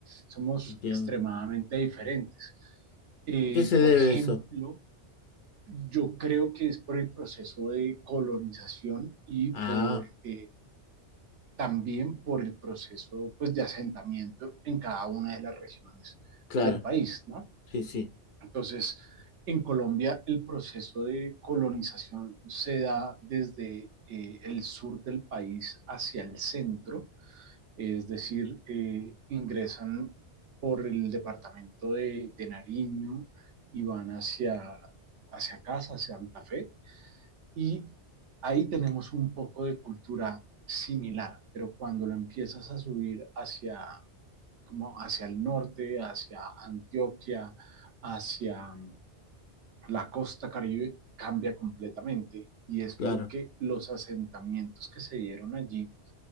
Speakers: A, on the right (about 85°); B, on the left (about 60°).
A: somos
B: entiendo.
A: extremadamente diferentes. Eh,
B: ¿A qué se debe
A: por ejemplo,
B: eso?
A: yo creo que es por el proceso de colonización y
B: Ah,
A: por eh, también por el proceso pues, de asentamiento en cada una de las regiones
B: claro,
A: del país, ¿no?
B: sí, sí,
A: Entonces, en Colombia el proceso de colonización se da desde eh, el sur del país hacia el centro, es decir, eh, ingresan por el departamento de, de Nariño y van hacia, hacia casa, hacia Santa Fe, y ahí tenemos un poco de cultura similar, pero cuando lo empiezas a subir hacia, como hacia el norte, hacia Antioquia, hacia la costa Caribe cambia completamente y es
B: claro.
A: porque los asentamientos que se dieron allí